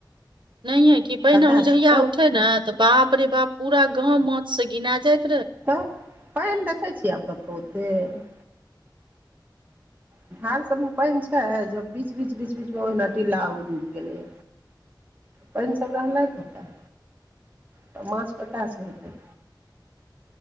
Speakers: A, on the right (about 80°); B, on the right (about 20°).
A: नै की पैने
B: कतयसँ
A: उजहिया
B: तब
A: उठे ने तऽ बाप रे बाप पूरा गाँव माछ से घिना जायत
B: तऽ पानि देखै छियै आब कतहु ओतेक धार सभमे पानि छय ज बीच बीच बीच बीचमे ओहिना टिलला उगि गेलैए पानिसभ रहलइ कतय तऽ माछ कतऽ से हेतय